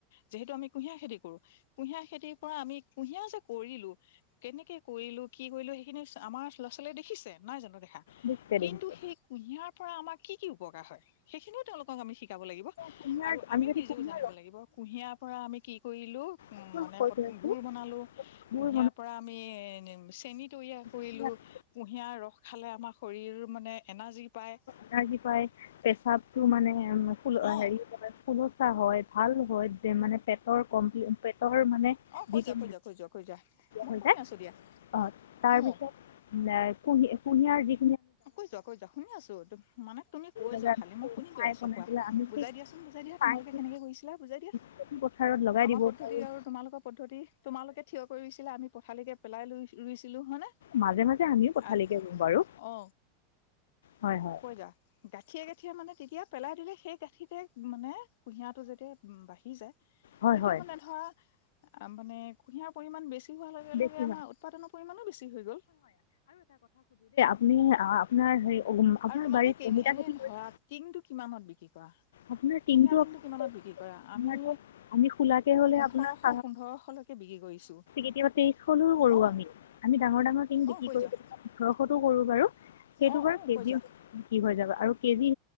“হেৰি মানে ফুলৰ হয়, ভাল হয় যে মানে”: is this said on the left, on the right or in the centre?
Left